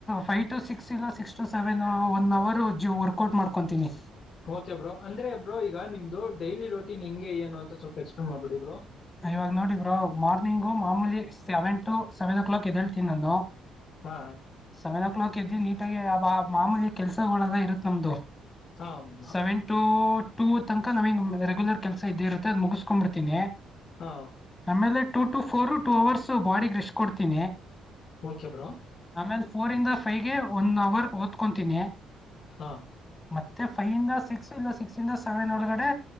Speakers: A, on the left; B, on the left.
A: ಫೈವ್ ಟು ಸಿಕ್ಸ್ ಇಲ್ಲ. ಸೆವೆನ್ ಒನ್ ಅವರ್ ಜಿ ವರ್ಕೌಟ್ ಮಾಡ್ಕೊಂತೀನಿ.
B: ಓಕೆ ಬ್ರ ಅಂದ್ರೆ ಬ್ರೋ ಈಗ ನಿಮ್ದು ಡೈಲಿ ರೋಟೀನ್ ಹೆಂಗೆ ಏನು ಅಂತ ಸ್ವಲ್ಪ ಎಕ್ಸ್ಪ್ಲೇನ್ ಮಾಡ್ಬಿಡಿ ಬ್ರೋ.
A: ಇವಾಗ ನೋಡಿ ಬ್ರೋ ಮಾರ್ನಿಂಗು ಮಾಮೂಲಿ seven to seven o'clock ಎದೇಳ್ತೀನಿ ನಾನು.
B: ಹಾ
A: ಸೆವೆನ್ ಓ ಕ್ಲಾಕ್ ಎದ್ದು ನೀಟಾಗೆ ಆ ಮಾಮೂಲಿಯ ಕೆಸಗಳಲ್ಲ ಇರುತ್ತ ನಮ್ದು.
B: ಹಾ ಬ್ರೋ
A: ಸೆವೆನ್ ಟೂ ಟೂ ತನಕ ನಮಿ ರೆಗ್ಯುಲರ್ ಕೆಸ ಇದೇ ಇರುತ್ತೆ ಅದು ಮುಗಸ್ಕೊಂಡ್ ಬಿಡ್ತನಿ.
B: ಹಾ
A: ಆಮೇಲೆ two to four two hours ಬಾಡಿಗ ರೆಸ್ಟ್ ಕೊಡ್ತೀನಿ.
B: ಓಕೆ ಬ್ರೋ
A: ಆಮೇಲೆ ಫೋರ್ ಇಂದ ಫೈವ್ಗೆ ಒನ್ ಅವರ್ ಓದ್ಕೊತೀನಿ.
B: ಹಾ
A: ಮತ್ತೆ ಫೈವ್ ಇಂದ ಸಿಕ್ಸ್ ಇಲ್ಲ ಸಿಕ್ಸ್ ಇಂದ ಸೆವೆನ್ ಒಳಗಡೆ